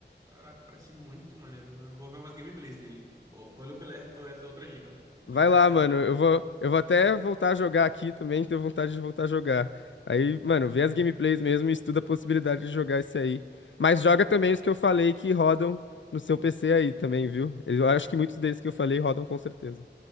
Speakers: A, on the right; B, on the left.
A: Caraca, parece muito maneiro, mano. Vou ver umas gameplays dele. Bo- Valeu pela, por essa outra dica. Muito
B: Vai
A: interessante
B: lá, mano.
A: também.
B: Eu vou, eu vou até voltar a jogar aqui também, tenho vontade de voltar a jogar. Aí, mano,
A: Pode
B: vê
A: crer.
B: as gameplays mesmo e estuda a possibilidade de jogar esse aí. Mas joga também os que eu falei que rodam no seu PC aí também, viu? Eu acho que muitos desses que eu falei rodam com certeza.